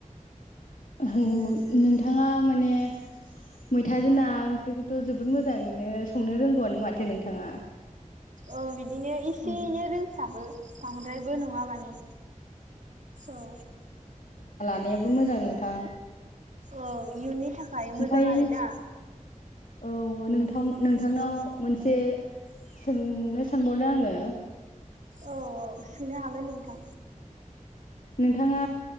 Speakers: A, on the left; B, on the right.
A: होम नोंथाङा माने मैथाजों ना ओंख्रिखौथ' जोबोद मोजाङैनो संनो रोंगौमोन माथो नोंथाङा।
B: औ बिदिनो एसे
A: औ
B: एनै रोंसाबो बांद्रायबो नङा माने। औ
A: जानायाबो मोजां नोंथां।
B: औ इयुननि थाखाय
A: ओमफ्राय
B: मोजां आरोना।
A: औ नोंथां नोंथांनाव
B: औ
A: मोनसे सोंनो सानबावदों आङो।
B: औ औ सोंनो हागोन नोंथां।
A: नोंथाङा